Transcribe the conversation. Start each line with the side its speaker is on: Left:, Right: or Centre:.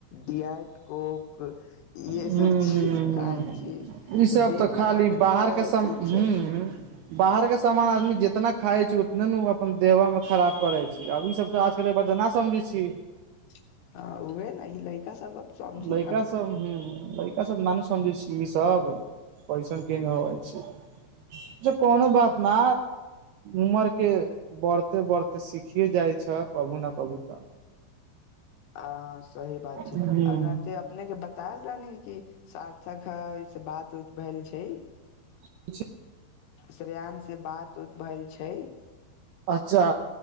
Left: डियाट कोक इे
Right: ह्म
Left: सब चीज
Right: ह्म
Left: खाय
Right: ह्म
Left: छीय
Right: ईसभ
Left: तऽ देह
Right: खाली
Left: खराबे
Right: बाहरके
Left: ने हए रहल
Right: सम
Left: चिज
Right: ह्म
Left: छै
Right: बाहर के सामान आदमी जितना खाइ छै उतने ने अपन देहवा मे खराब करे छै आब ई सब तऽ आजकल त ना समझै छी
Left: <inaudible> उहे ने ई लड़का सब अब समझी
Right: लैका
Left: कहाँ
Right: सब ह लैका सब नानु समझै छी तब कैसन केन
Left: उहे
Right: होबे छै कोनो बात ना उमर के बढ़ते बढ़ते सिखियए जाइ छ कबू न कबू तऽ
Left: ह सही बात छै
Right: ह्म
Left: आर रहते अपने के बच्च बताल रहनी कि सारथक है बात उत भेल छै
Right: <inaudible>
Left: श्रेयानस से बात उत भेल छै
Right: अच्छा